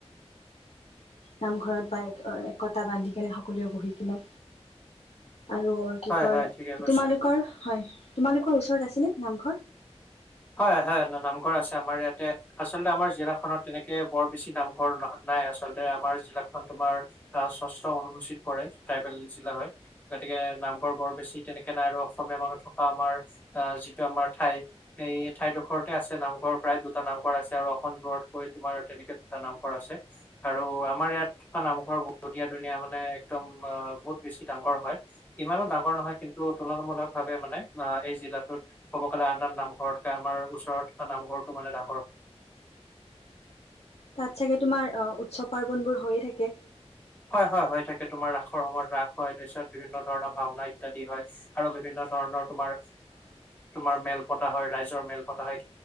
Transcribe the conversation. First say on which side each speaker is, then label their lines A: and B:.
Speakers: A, on the left; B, on the left.
A: নামঘৰত বা এক একতা বান্ধি কেনে সকলোৱে বহি কিনে। আৰু কি
B: হয়
A: কয়
B: হয় ঠিকে কৈছে
A: তোমালোকৰ হয় তোমালোকৰ ওচৰত আছে নে নামঘৰ।
B: হয়, হয়, হয় নামঘৰ আছে আমাৰ ইয়াতে আচলতে আমাৰ জিলাখনত তেনেকে বৰ বেছি নামঘৰ নহয়। নাই আচলতে আমাৰ জিলাখন তোমাৰ স্বচ অনুসূচিত পৰে ট্ৰাইবেল জিলা হয় তাতে। নামঘৰ বৰ বেছি তেনেকে নাই আৰু অসমীয়া মানুহ থকা আমাৰ আহ যিটো আমাৰ ঠাই। এই ঠাইডোখৰতে আছে নামঘৰ প্ৰায় দুটা নামঘৰ আছে আৰু অসম দূৰতকৈ তোমাৰ তেনেকে দুটা নামঘৰ আছে। আৰু আমাৰ ইয়াত নামঘৰৰ ধুনীয়া ধুনীয়া মানে একদম বহুত বেছি ডাঙৰ হয়। ইমানো ডাঙৰ নহয় কিন্তু তুলনামূলক ভাৱে মানে অ এই জিলাত ক'ব গ'লে আন আন নাম। ঘৰতকৈ আমাৰ ওচৰত থকা নামঘৰটো মানে ডাঙৰ হয়।
A: তাত চাগে তোমাৰ আহ উৎসৱ পাৰ্বনবোৰ হৈয়ে থাকে।
B: হয়, হয়, হয় থাকে তোমাৰ ৰাসৰ সময়ত ৰাস হয় তাৰপিছত বিভিন্ন ধৰণৰ ভাওনা ইত্যাদি হয় আৰু বিভিন্ন ধৰণ। তোমাৰ হয়ই মেল পতা হয় ৰাইজৰ মেল পতা হয়